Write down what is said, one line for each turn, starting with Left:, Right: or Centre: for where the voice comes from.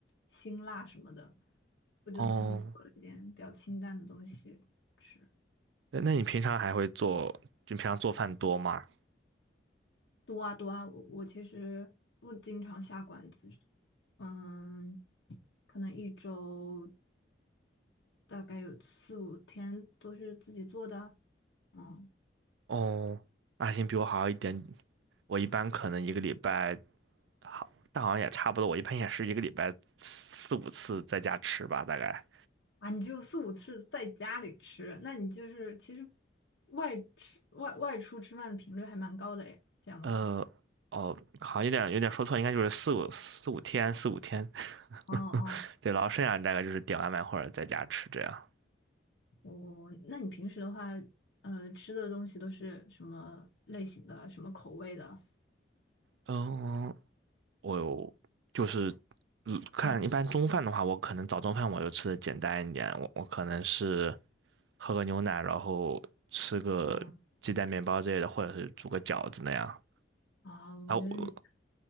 Left: 辛辣什么的，我就自己做了一点比较清淡的东西。
Right: 哦，
Left: 吃。
Right: 那那你平常还会做？就平常做饭多吗？
Left: 多啊多啊，我我其实不经常下馆子，嗯，可能一周大概有四五天都是自己做的，嗯
Right: 哦，那行，比我好一点。我一般可能一个礼拜，好，但好像也差不多。我一般也是一个礼拜四五次在家吃吧，大概。
Left: 啊，你只有四五次在家里吃，那你就是其实外吃外外出吃饭的频率还蛮高的诶，这样的话，
Right: 呃，哦，好，像有点有点说错，应该就是四五四五天，四五天。
Left: 哦哦，
Right: <laughs> 对，然后剩下大概就是点外卖或者在家吃这样。
Left: 我那你平时的话，呃，吃的东西都是什么类型的，什么口味的？
Right: 嗯，我有就是嗯看一般中饭的话，
Left: 嗯
Right: 我可能早中饭我就吃的简单一点，我我可能是喝个牛奶，然后吃个鸡蛋面包之类的，
Left: 啊
Right: 或者是煮个饺子那样。
Left: 啊，我觉得你，
Right: 啊，我